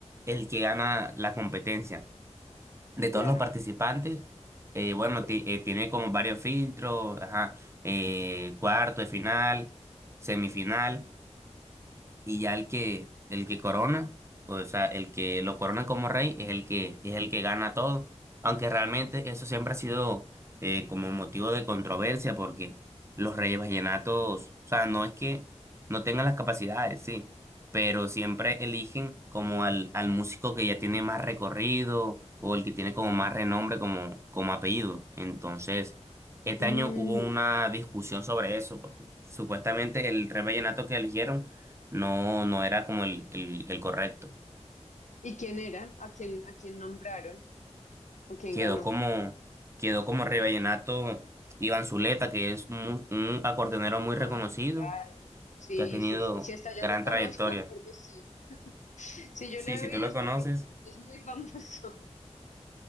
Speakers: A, on the right; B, on the left.
A: el que gana la competencia. de
B: Ya.
A: todos los participantes. eh, bueno, ti- eh, tiene como varios filtros, ajá, eh, cuarto de final, semifinal y ya el que el que corona, o sea, el que lo corona como rey es el que es el que gana todo, aunque realmente eso siempre ha sido eh, como motivo de controversia porque los reyes vallenatos, o sea, no es que no tengan las capacidades, sí, pero siempre eligen como al al músico que ya tiene más recorrido o el que tiene como más renombre como como apellido. Entonces, este
B: Mm.
A: año hubo una discusión sobre eso, porque supuestamente el rey vallenato que eligieron no, no era como el, el, el correcto.
B: ¿Y quién era? ¿A quién, a quién nombraron? ¿O quién
A: Quedó
B: ganó?
A: como, quedó como Vallenato Iván Zuleta, que es mu- un, acordeonero muy reconocido,
B: Ah, claro. Sí,
A: que ha tenido
B: sí, sí. Si hasta yo
A: gran
B: lo conozco
A: trayectoria.
B: es porque sí. <laughs> Si yo
A: Sí,
B: lo he
A: si
B: oído
A: tú lo
B: es
A: conoces,
B: porque sí. Es muy famoso.